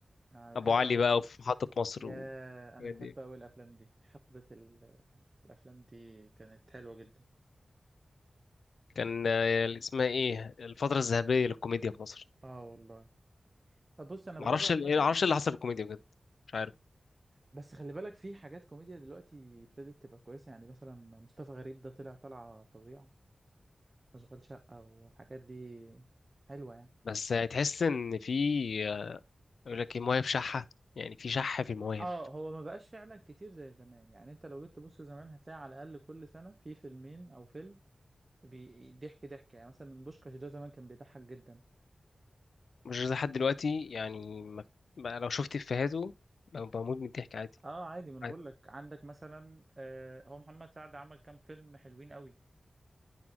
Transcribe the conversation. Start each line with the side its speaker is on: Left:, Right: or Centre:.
Right: انا بحب
Left: ابو علي
Right: اوي
Left: بقى وفي محطه مصر
Right: يا
Left: والحاجات
Right: انا بحب
Left: دي
Right: اوي الافلام دي حقبه ال... الافلام دي كانت حلوه جدا
Left: كان آه، اللي اسمها ايه الفتره الذهبيه للكوميديا في مصر
Right: اه والله بص انا
Left: معرفش
Right: بحب عامه
Left: ال- إيه- معرفش اللي حصل في الكوميديا بجد مش عارف
Right: بس خلي بالك في حاجات كوميديا دلوقتي ابتدت تبقى كويسه يعني مثلا مصطفى غريب ده طلع طلعه فظيعه اشغال شقه والحاجات دي حلوه يعني
Left: بس هتحس ان في آه، يقول لك ايه مواهب شحه يعني في شحه في المواهب
Right: اه هو ما بقاش فعلا كتير زي زمان يعني انت لو جيت تبص زمان هتلاقي على الاقل كل سنه في فيلمين او فيلم بي- ضحك ضحك يعني مثلا بوشكاش ده زمان كان بيضحك جدا
Left: مش زي حد دلوقتي يعني ما... بقى لو شفت افيهاته بموت من الضحك عادي
Right: اه عادي ما انا
Left: عادي
Right: بقول لك عندك مثلا آه هو محمد سعد عمل كام فيلم حلوين قوي